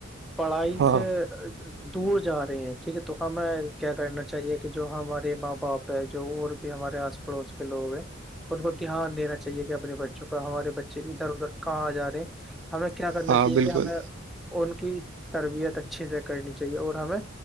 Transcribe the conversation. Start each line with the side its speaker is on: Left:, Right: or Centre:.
Centre: پڑھائی
Right: ہاں
Centre: سے دور جا رہے ہیں ٹھیک ہے تو ہمیں کیا کرنا چاہیے کہ جو ہمارے ماں باپ جو اور بھی ہمارے آس پڑوس کے لوگ ہیں ان کو دھیان دینا چاہیے کہ اپنے بچوں کا ہمارے بچے ادھر ادھر کہاں جا رہے ہیں ہمیں کیا کرنا
Right: ہاں
Centre: چاہیے
Right: بالکل
Centre: کہ ہمیں ان کی تربیت اچھے سے کرنی چاہیے اور ہمیں